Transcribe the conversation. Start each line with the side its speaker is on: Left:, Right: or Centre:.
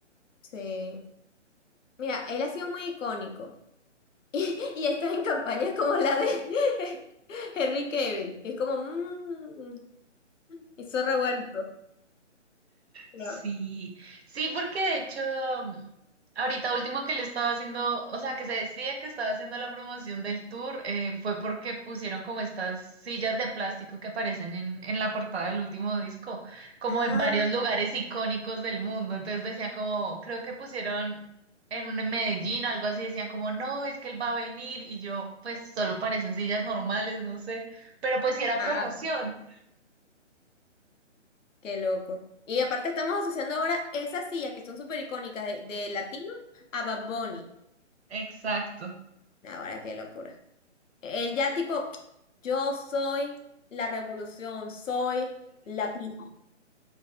Left: sí. Mira, él ha sido muy icónico. <laughs> Y, y está en campañas como la de <laughs> Henry Cavill. Es como, mmm, hizo revuelto. Claro.
Right: Sí, sí, porque de hecho, mm, ahorita último que le estaba haciendo, o sea, que se decía que estaba haciendo la promoción del tour, eh, fue porque pusieron como estas sillas de plástico que aparecen en, en la portada del último disco, como
Left: Ah,
Right: en varios lugares icónicos del mundo. Entonces decían como, creo que pusieron en un en Medellín o algo así, decían como, no, es que él va a venir y yo, pues solo parecen sillas normales, no sé, pero pues sí era promoción.
Left: ah, Qué loco. Y aparte estamos asociando ahora esas sillas que son súper icónicas de, de latino a Bad Bunny.
Right: Exacto.
Left: Ahora qué locura. Él ya tipo, yo soy la revolución, soy latino.